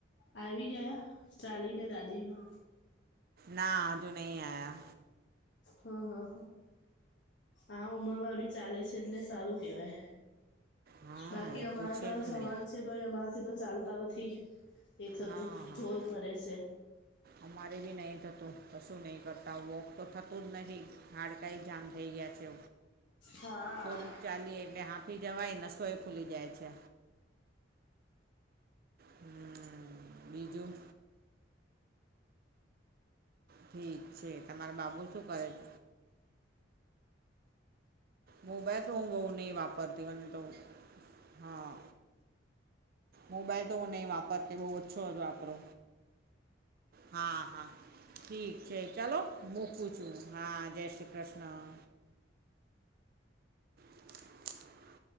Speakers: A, on the left; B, on the right.
A: આવી ગયા ચાલીને દાદીનો
B: ના હજુ નહીં આયા.
A: હા હા આ ઉમરમાં બી ચાલે છે એટલે સારું કેવાય.
B: હા
A: બાકી
B: એ
A: અમારા
B: છે
A: તો
B: જ
A: જવાન
B: ને
A: છે તો એ અમારાથી તો ચાલતા નથી. એ થતું
B: હા હા
A: જોર <unintelligible> છે.
B: અમારે બી નહી થતું કશું નહી કરતા વોક તો થતું જ નહી હાડ કંઈ જામ થઈ ગયા છે.
A: હા.
B: થોડુંક ચાલીએ એટલે હાફી જવાય નસોય ફૂલી જાય છે. હમ્મ બીજું ઠીક છે તમારે બાબુ શું કરે છે. મોબાઈલ તો હું ની વાપરતી વને તો હા. મોબાઈલ તો હું નહીં વાપરતી બહુ ઓછો જ વાપરો. હા હા ઠીક છે ચલો બો પૂછું હા જય શ્રી કૃષ્ણ. <inaudible>